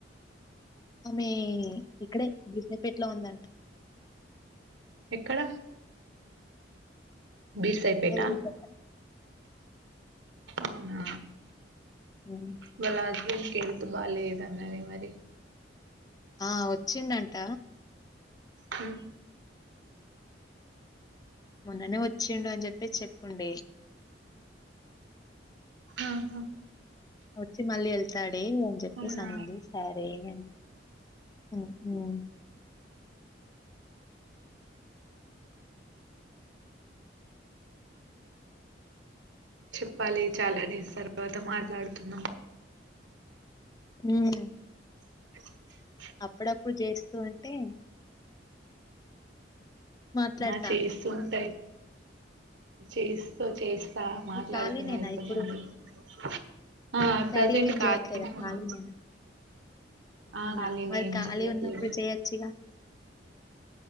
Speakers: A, on the left (about 20°); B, on the right (about 80°).
A: ఆమె ఇక్కడే విసయపేట్లో ఉందంట
B: ఎక్కడ బీర్సైపేట
A: ఇక్కడే ఊరి దగ్గర
B: అవునా
A: హ్మ్.
B: బలాదే హెల్త్ బాలేదు అన్నది మరి
A: ఆ వచ్చిందంట
B: ఉ
A: మొన్ననే వచ్చింది అని చెప్పి చెప్పండి
B: ఆహా
A: వచ్చి మళ్ళీ వెళ్తా సరే అని చెప్పేసి
B: అవునా!
A: అనింది సరే అని ఉ ఉ
B: చెప్పాలి చాలా డేస్ తర్వాత మాట్లాడుతున్నాం
A: మ్!
B: <inaudible>
A: అప్పుడప్పుడు చేస్తూ ఉంటే. మాట్లాడతా.
B: ఆ చేస్తూ ఉంటాయి చేస్తూ చేస్త చ మాట్లాడుకున్నా
A: నువ్వు ఖాళీనేనా
B: <unintelligible>
A: ఇప్పుడు?
B: ఆ!
A: స్టడీ
B: ప్రజెంట్
A: ఏం
B: ఖాళీనే
A: చేయ్యట్లేదా ఖాళీ
B: ఉన్నా.
A: నేనా?
B: ఆ!
A: అవునా?
B: ఖాళీనే
A: మరి
B: ఏం
A: ఖాళీ
B: చెయ్యట్లేదు.
A: ఉన్నప్పుడు చేయొచ్చుగా?